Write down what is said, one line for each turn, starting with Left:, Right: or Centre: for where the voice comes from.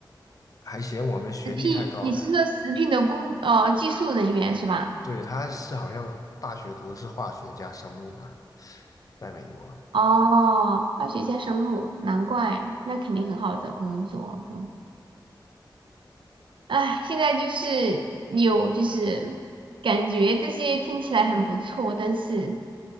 Left: 还嫌我们学历太高呢。
Right: 食品，你是说食品的工呃技术人员是吧？
Left: 对，他是好像大学读的是化学加生物嘛，在美国。
Right: 哦，化学加生物，难怪，那肯定很好找工作。就，唉，现在就是有就是感觉这些听起来很不错，但是